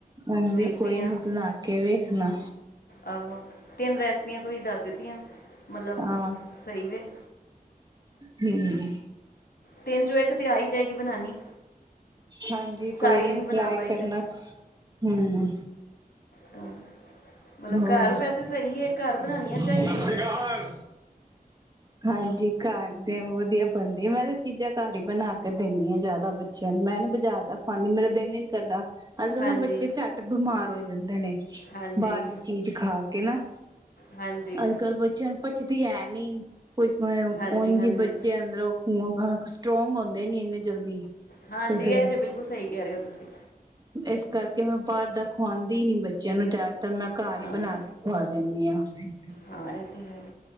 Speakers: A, on the right (about 25°); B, on the left (about 80°).
A: ਹਾਂਜੀ
B: ਵੇਖਦੀ
A: ਕੋਈ
B: ਹਾਂ
A: ਨੀ ਬਣਾ ਕੇ ਵੇਖਣਾ।
B: ਆਹੋ ਤਿੰਨ ਰੈਸਪੀਆਂ ਤੁਸੀਂ ਦੱਸ ਦਿੱਤੀਆਂ। ਮਤਲਬ
A: ਹਾਂ।
B: ਸਹੀ ਵੇ
A: ਹਮ-ਹਮ।
B: ਤਿੰਨ ਜੋ ਇੱਕ ਤੇ ਆ ਹੀ ਜਾਏਗੀ ਬਣਾਉਣੀ
A: ਹਾਂਜੀ
B: ਸਾਰੀਆਂ
A: ਕੋਈ ਨੀ
B: ਨਹੀਂ ਬਣਾ
A: ਟਰਾਈ
B: ਪਾਈ
A: ਕਰਨਾ
B: ਤੇ
A: ਹਮ
B: ਤਾਂ ਮਤਲਬ
A: ਹੋਰ।
B: ਘਰ ਵੈਸੇ
A: ਸਤਿ
B: ਸਹੀ ਹੈ ਘਰ ਬਣਾਉਣੀਆਂ ਚਾਹੀਦੀਆਂ
A: ਸ੍ਰੀ ਅਕਾਲ ਹਾਂਜੀ ਖਾਂਦੇ ਵਧੀਆ ਬਣਦੀ ਮੈਂ ਤਾਂ ਚੀਜ਼ਾਂ। ਘਰ ਹੀ ਬਣਾ ਕੇ ਦਿੰਨੀ ਹਾਂ ਜਿਆਦਾ ਬੱਚੇ। ਮੈਂ ਨੀ ਬਾਜ਼ਾਰ ਦਾ ਪਾਂਦੀ ਮੇਰਾ ਦਿਲ ਨੀ ਕਰਦਾ। ਅੱਜ ਕੱਲ
B: ਹਾਂਜੀ
A: ਨਾ ਬੱਚੇ ਝੱਟ ਬਿਮਾਰ ਹੋ ਜਾਂਦੇ ਨੇ,
B: ਹਾਂਜੀ
A: ਬਾਹਰ ਦੀ ਚੀਜ਼ ਖਾ ਕੇ ਨਾ
B: ਹਾਂਜੀ
A: ਅੱਜ ਕੱਲ ਬੱਚਿਆਂ ਨੂੰ, ਪੱਚਦੀ ਹੈ। ਨਹੀ ਕੁਝ
B: ਹਾਂਜੀ
A: ਉਂਜ ਬੱਚੇ ਅੰਦਰੋਂ ਸਟਰੋਂਗ ਹੁੰਦੇ ਨੀ ਇੰਨੇ ਜਲਦੀ
B: ਹਾਂਜੀ ਹਾਂਜੀ
A: ਤੇ ਫਿਰ,
B: ਇਹ ਬਿਲਕੁਲ ਸਹੀ ਕਹਿ ਰਹੇ ਹੋ ਤੁਸੀਂ
A: ਇਸ ਕਰਕੇ ਮੈਂ ਬਾਹਰ ਦਾ ਖਵਾਂਉਦੀ ਹੀ ਨੀ ਬੱਚਿਆਂ ਨੂੰ ਜਿਆਦਾ ਤੇ ਮੈਂ ਘਰ
B: ਹਾਂ
A: ਹੀ ਬਣਾ ਕੇ ਖਵਾ ਦਿੰਦੀ ਹਾਂ। <unintelligible>
B: ਹਾਂ। ਹੁ